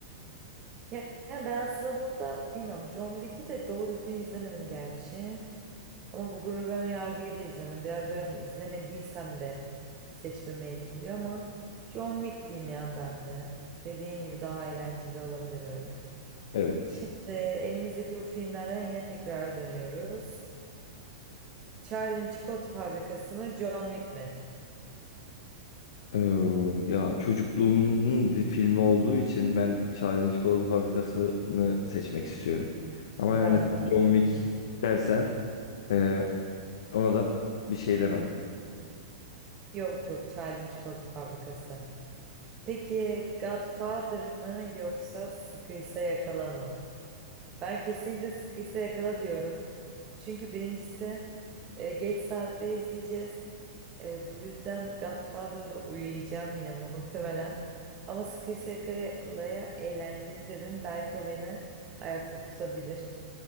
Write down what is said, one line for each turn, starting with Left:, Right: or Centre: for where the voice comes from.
Right: Ya- Yani ben aslında burada bilmiyorum John Wick'i de doğru düzgün izlemedim gerçi. Ama bu Gurur ve Önyargı'yı da izlemedim. Biraz böyle hani izlemediysem de seçmemi etkiliyor ama John Wick diyeyim ya ben de. Dediğin gibi daha eğlenceli olabilir öyle.
Left: Evet.
Right: Şimdi elimizdeki bu filmlerden yine tekrara dönüyoruz. Charlie'nin çikolata fabrikası mı, John Wick mi?
Left: Ee, ya çocukluğumun di- filmi olduğu için ben Charlie'nin Çikolata Fabrikası'nı seçmek istiyorum. Ama
Right: Ben
Left: yani sen
Right: de onu
Left: John Wick
Right: seçiyorum.
Left: dersen e, ona da bir şey demem.
Right: Yok yok, Charlie'nin çikolata fabrikası. Peki Godfather mı yoksa Sıkıysa Yakala mı? Ben kesinlikle Sıkıysa Yakala diyorum. Çünkü birincisi e, geç saatte izleyeceğiz. E, bu yüzden Godfather'da uyuyacağım yine muhtemelen. Ama Sıkıysa Yakala'ya eğlenceli dedin. Belki o beni ayakta tutabilir.